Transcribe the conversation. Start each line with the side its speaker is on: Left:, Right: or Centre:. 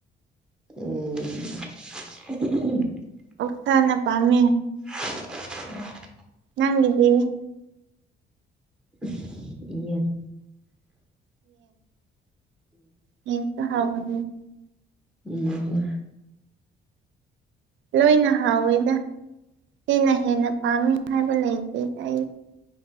Centre: ꯎꯝ
Right: ꯑꯣꯛꯁꯥꯅ ꯄꯥꯝꯃꯤ
Centre: ꯎ <unintelligible>
Right: ꯅꯪꯒꯤꯗꯤ
Centre: <unintelligible> ꯌꯦꯜ
Right: ꯌꯦꯁꯨ ꯍꯥꯎꯕꯅꯤ
Centre: ꯎꯝ
Right: ꯂꯣꯏꯅ ꯍꯥꯎꯋꯤꯗ ꯁꯤꯅ ꯍꯦꯟꯅ ꯄꯥꯝꯃꯤ ꯍꯥꯏꯕ ꯂꯩꯇꯦ ꯑꯩ